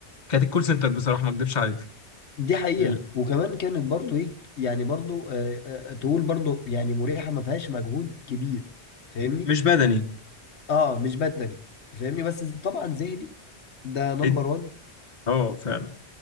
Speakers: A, on the left; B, on the left.
A: كانت الكول سنتر بصراحه ما اكدبش عليك
B: دي حقيقة
A: ال-
B: وكمان كانت برضو ايه يعني برضو آه آه آه، تقول برضو يعني مريحة ما فيهاش مجهود كبير فاهمني
A: مش بدني
B: اه مش بدني فاهمني بس طبعا ذهني ده نمبر
A: إد-
B: وان
A: اه فعلا